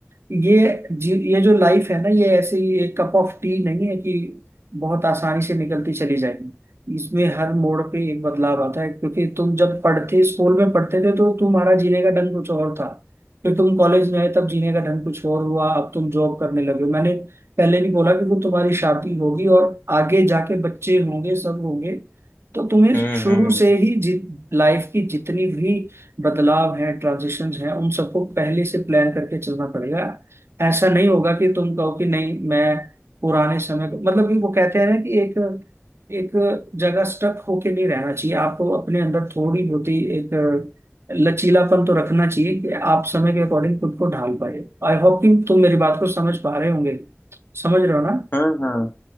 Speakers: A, on the right; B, on the left.
A: ये जी, ये जो लाइफ है ना ये ऐसे ही एक कप ऑफ टी नहीं है कि बहुत आसानी से निकलती चली जाएगी इसमें हर मोड़ पे एक बदलाव आता है क्योंकि तुम जब पढ़ते स्कूल में पढ़ते थे तो तुम्हारा जीने का ढंग कुछ और था फिर तुम कॉलेज में आए तब जीने का ढंग कुछ और हुआ अब तुम जॉब करने लगे हो मैंने पहले भी बोला कि वो तुम्हारी शादी होगी और आगे जाके बच्चे होंगे सब होंगे तो तुम्हें
B: हम्म
A: शुरू
B: हम्म
A: से ही जि, लाइफ की जितनी भी बदलाव हैं ट्रांजिशंस हैं उन सबको पहले से प्लान करके चलना पड़ेगा ऐसा नहीं होगा कि तुम कहो कि नहीं मैं पुराने समय को मतलब कि वो कहते हैं ना कि एक एक जगह स्टक होके नहीं रहना चाहिए आपको अपने अंदर थोड़ी बहुत ही एक लचीलापन तो रखना चाहिए कि आप समय के अकॉर्डिंग खुद को ढाल पाए आई होप कि तुम मेरी बात को समझ पा रहे होंगे समझ रहे हो ना
B: हम्म हम्म